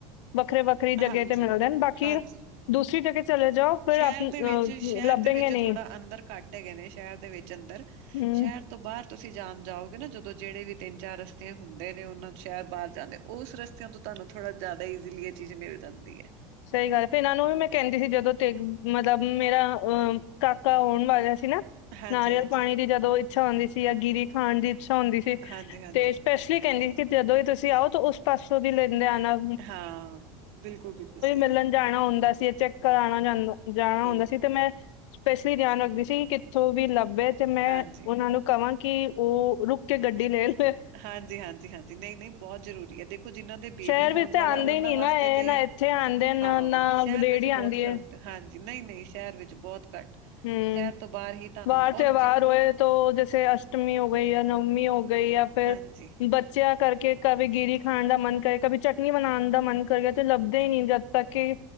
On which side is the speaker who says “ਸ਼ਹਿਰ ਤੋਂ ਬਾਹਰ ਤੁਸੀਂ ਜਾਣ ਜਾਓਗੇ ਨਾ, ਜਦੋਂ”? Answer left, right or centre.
Right